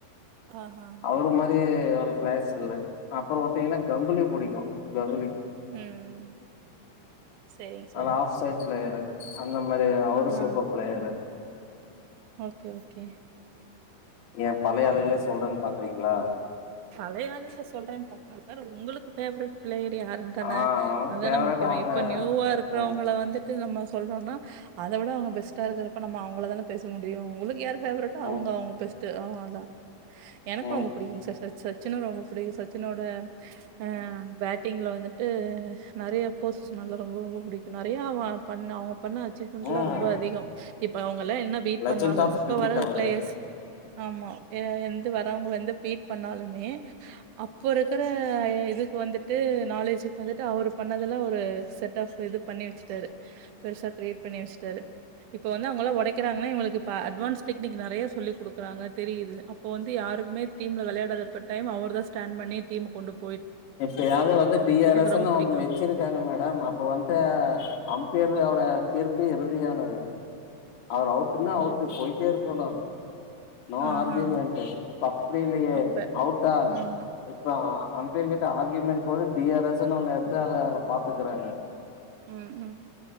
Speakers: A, on the right (about 70°); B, on the left (about 80°).
A: ஆஹா
B: அவரு மாறி எ ஒரு பிளேஸ் இல்ல அப்புற வுட்டீங்னா கங்குலி பிடிக்கு கங்குலி.
A: ம் ம் சேரிங்க சார்.
B: ஆனா ஆஃப் சைட் பிளேயரு அந்த மாரி அவரு
A: ஆ
B: சூப்பர் பிளேயரு.
A: Okay okay.
B: ஏ பழைய ஆளுகளே சொல்றேன்னு பாக்றீங்ளா?
A: பழயாளுகள சொல்றேன்னு பாக்றே சார் உங்களுக்கு பேவரட் பிளேயர் யாருந்தானே
B: ஆ நமக்கு
A: அதானே
B: ஃபேவரட்
A: முக் யு
B: அவங்க
A: இப்ப நியூவா இருக்கிறவங்கள
B: ம்
A: வந்துட் டு நம்ம சொல்றோனா அத விட அவங்க பெஸ்டா இருக்றப்ப நம்ம அவங்களதான பேச முடியு உங்களுக்கு யாரு ஃபேவரட்டோ
B: ம்
A: அவுங்க அவுங்க பெஸ்ட் அவான்தா எனக்கு
B: ம்
A: ரொம்ப பிடிக்குங்க சார் ச சச்சினு ரொம்ப புடிக்கு சச்சினோட அ பேட்டிங்ல வந்துட்டு நெறைய போஸ் ஸ் நல்ல ரொம்ப ரொம்ப புடிக்கு நெறயா அவ பண்ண அவங்க பண்ண அச்சீவ்மெண்ட்லா
B: ம்
A: ரொம்ப அதிகம் இப்ப அவுங் ல்ல என்ன பீட்
B: லெஜண்ட்
A: பண்ணாலு
B: ஆஃப்
A: இப்ப
B: கிரிக்கெட்
A: வர
B: அவரு
A: பிளேயர்ஸ் ஆமா. எ எந்து வர்றவங்க வந்து பீட் பண்ணாலுமே மே அப்ப இருக்ற இதுக்கு வந்துட்டு நாலேஜுக்கு வந்துட்டு அவரு பண்ணதுல ஒரு. செட் ஆப் இது பண்ணி வச்சுட்டாரு பெருசா கிரியேட் பண்ணி வச்சுட்டாரு. இப்ப வந்து அவங்கள்லா ஒடைக்கிறாங்கனா இவுங்களுக்கு ப அட்வான்ஸ் டெக்னிக் நெறய சொல்லிக்கொடுக்குறாங்க தெரியுது அப்ப வந்து யாருமே டீம்ல விளையாடாதப் டைம் அவருதா ஸ்டாண் பண்ணி டீம கொண்டு ப்
B: இப்பயாது வந்து டிஆர்எஸ்ஸுனு
A: ரொம்ப புடிக்கு
B: ஒன்னு வச்சிருக்காங்க மேடம் அப்ப வந்து அம்பேரு அ ப்ப தீர்ப்பு இறுதியானது அவர் அவுட்னா அவுட்
A: ஓஹோ
B: போயிட்டே இருக்கணு. நோ
A: ஆஹா
B: ஆர்கியூமெண்ட் இப்ப அப்டி இல்லையே
A: அப்ப
B: அவுட்டா
A: ஆமா
B: இப்ப ஆ அம்பீர் கிட்ட ஆர்க்கியூமெண்ட் போட்டு டிஆர்எஸ்ஸுனு ஒன்னு எடுத்து அத பாத்துக்குறாங்க
A: ம் ம்